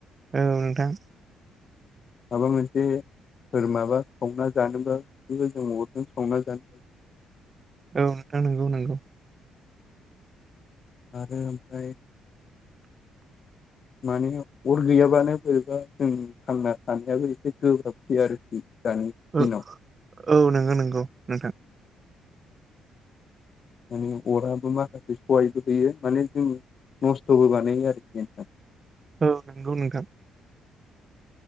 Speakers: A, on the right; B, on the left.
A: औ नोंथां
B: माबा मोनसे सोर माबा संना जानोबाबो जों अर संना जानो
A: औ नोंथां नंगौ नंगौ
B: आरो ओमफ्राय
A: <inaudible>
B: माने अर गैयाबानो बोरैबा जों थांना थानायाबो एसे गोब्राबसै आरोखि दानि दिनाव
A: ओ औ नंगौ नंगौ नोंथां
B: माने अराबो माखासे सहायबो होयो माने जोंनि नस्थ'बो बानायो आरोखि नोंथां
A: औ नंगौ नोंथां